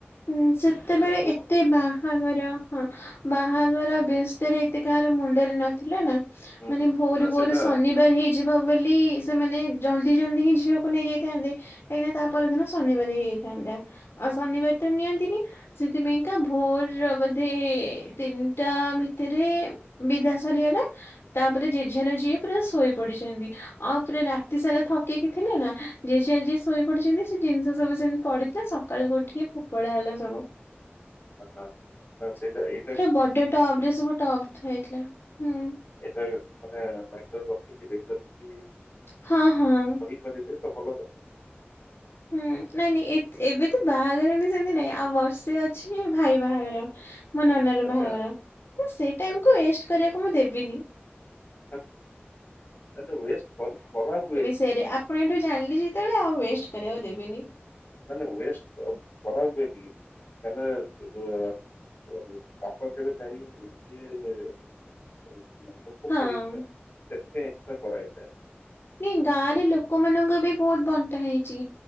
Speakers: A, on the left; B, on the left.
A: ହୁଁ ସେତେବେଳେ
B: କି ଲୋକ
A: ଏତେ
B: ହୁଅନ୍ତୁ
A: ବାହା ହାଘର ହଁ ବାହାଘର ବ୍ୟସ୍ତରେ ଏତେ କାହାର ମୁଣ୍ଡରେ ନ ଥିଲା ନା
B: ହୁଁ
A: ମାନେ
B: ହୁଁ
A: ଭୋରୁ
B: ନା ସେଟା
A: ଭୋରୁ ଶନିବାର ହେଇଯି ବ ବୋଲି ସେମାନେ ଜଲଦି ଜଲଦି ହିଁ ଝିଅକୁ ନେଇ ଯାଇଥାନ୍ତେ କାହିଁକିନା ତା ପରଦିନ ଶନିବାର ହେଇ ଯାଇଥାନ୍ତା ଆଉ ଶନିବାର ତ ନିଅନ୍ତିନି ସେଇଥି ପାଇଁକା ଭୋର ବୋଧେ ତିନିଟା ଭିତରେ ବିଦା ସରିଗଲା ତାପରେ ଯେଝାର ଯିଏ ପୁରା ଶୋଇ ପଡିଚନ୍ତି ଆଉ ପୁରା ରାତି ସାରା ଥକିକି ଥିଲେ ନା ଯିଏ ଯାହା ଯିଏ ଶୋଇ ପଡିଚନ୍ତି ସେ ଜିନିଷ ସବୁ ସେମତି ପଡିଥିଲା ସକାଳୁକୁ ଉଠିକି ଫୋପଡା ହେଲା ସବୁ।
B: କଥା ଅଛି, ହିଁ ସେଇ ତ ଏଇ।
A: ହେ ବଡ ଟବରେ ସବୁ ଟବ୍ ହେଇଥିଲା ହୁଁ।
B: ଏଇଟା ମାନେ <unintelligible> ବସିଥିବେ ସେମତି
A: ହଁ ହଁ।
B: କଣ ନେଇଥିବେ ଚପଲ ଆଉ <unintelligible>
A: ହୁଁ ନାଇଁ ନାଇଁ ଏ ଏବେ ତ ବାହାଘର ଏମତି ସେମତି ନାଇଁ ଆଉ ବର୍ଷେ ଅଛି ଭାଇ ବାହାଘର। ମୋ ନନାର
B: ଆଚ୍ଛା
A: ବାହାଘର ତ ସେ ଟାଇମକୁୁ
B: ଆଚ୍ଛା
A: ୱେଷ୍ଟ କରିବାକୁ ମୁଁ ଦେବିନି।
B: ତାନ୍ ତାନେତ ୱେଷ୍ଟ କରି କରାହୁଏ।
A: ସେରେ ଆପ ଆପଣ ଏଠୁ ଜାଣଲି ଯେତେବେଳେ ଆଉ ୱେଷ୍ଟ କରିବାକୁ ଦେବେନି।
B: ନା ନା ୱେଷ୍ଟ କ କରାହବ କେମତି କି କାରଣ ଉଁ ଓହୋ ତ ଆପଣ କେବେ ଚାହିଁବେନି ଯେ ସିଏ ଓହୋ ଫୋକସ
A: ହଁ।
B: କରିକି <unintelligible> ସେଥିପାଇଁ <unintelligible> କରା ହେଇଥାଏ।
A: ନାଇଁ ଗାଁରେ ଲୋକମାନଙ୍କ ବି ବୋହୁତ ବଣ୍ଟା ହେଇଚି